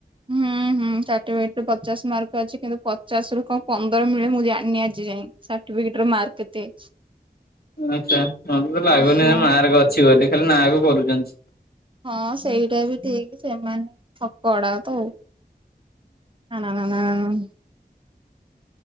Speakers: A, on the right (about 30°); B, on the left (about 65°).
A: ହୁଁ। ହୁଁ ସାର୍ଟିଫିକେଟ ପଚାଶ ମାର୍କ ପା ଅଛି। କିନ୍ତୁ ପଚାଶ ରୁ କଣ ପନ୍ଦର ମିଳେ ମୁଁ ଜାଣିନି ଆଜି ଯାଏଁ ସାର୍ଟିପି ଫିକେଟ୍ ରେ ମାର୍କ କେତେ?
B: ଆଚ୍ଛା ମତେ ତ ଲାଗୁନି
A: ହଁ
B: ମାର୍କ ଅଛି ବୋଲି ଖାଲି ନା କୁ କରୁଚନ୍ତି।
A: ହଁ ସେଇଟା ବି ଠିକ୍ ସେମାନେ ଠକଅଡାଗ ତ ଆଉ। ନା ନା ନା ନା ନା